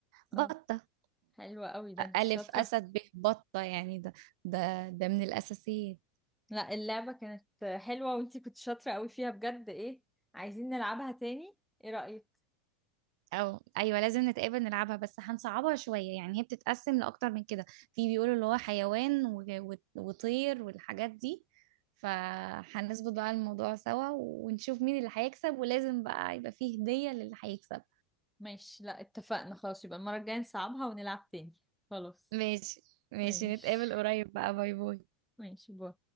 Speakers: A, in the centre; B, on the right.
A: اه
B: بطة
A: حلوة قوي ده انت
B: ألف
A: شاطرة
B: أسد ب بطة يعني ده ده ده من الأساسيات
A: لا اللعبة كانت حلوة وانت كنت شاطرة قوي فيها بجد ايه عايزين نلعبها تاني ايه رأيك
B: او ايوه لازم نتقابل نلعبها بس هنصعبها شويه يعني هي بتتقسم لاكتر من كده في بيقولوا اللي هو حيوان و- و- وطير والحاجات دي فهنظبط بقى الموضوع سوا ونشوف مين اللي هيكسب ولازم بقى يبقى فيه هديه للي هيكسب
A: ماشي لا اتفقنا خلاص يبقى المرة الجاية نصعبها ونلعب تاني خلاص
B: ماشي ماشي
A: ماشي
B: نتقابل قريب بقى باي باي
A: ماشي باي